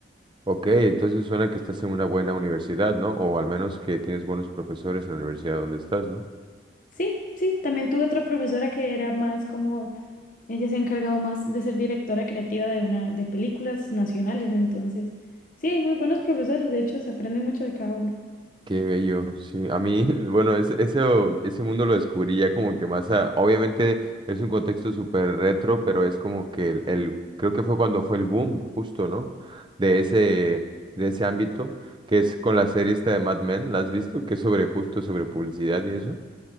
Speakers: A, on the right (about 25°); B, on the left (about 45°).
A: Ok, entonces suena que estás en una buena universidad, ¿no? O al menos que tienes buenos profesores en la universidad donde estás, ¿no?
B: Sí, sí, también tuve otra profesora que era más como Ella se ha encargado más de ser directora creativa de una de películas nacionales, entonces sí, hay muy buenos profesores, de hecho se aprende mucho de cada uno.
A: Qué bello, sí. A mí, <laughs> bueno, es- eso, ese mundo lo descubrí ya como que más a... Obviamente es un contexto súper retro, pero es como que el, el- Creo que fue cuando fue el boom, justo, ¿no? De ese, de ese ámbito, que es con la serie esta de Mad Men, ¿la has visto? Que es sobre justo, sobre publicidad y eso.